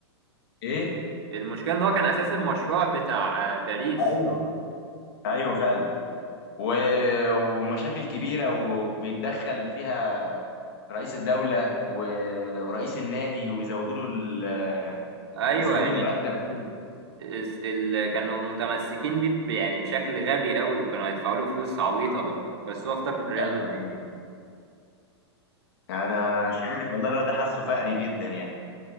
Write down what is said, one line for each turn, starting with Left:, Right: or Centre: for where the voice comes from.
Left: ايه
Right: المشكله ان هو كان اساس المشروع بتاع آه، باريس
Left: ايوه ايوه فعلا و... ومشاكل كبيره وبيتدخل فيها رئيس الدوله و... ورئيس النادي ويزودوا له ال...
Right: ايوه
Left: يزودوا
Right: يعني
Left: المرتب وكده
Right: الس- ال... كانوا متمسكين بيه ب- يعني بشكل غبي قوي وكانوا هيدفعوا له فلوس عبيطه
Left: اه
Right: برضه بس هو اختار ريال
Left: ايوه
Right: مدريد
Left: يعني انا مش عارف والله الواد ده حاسه فقري جدا يعني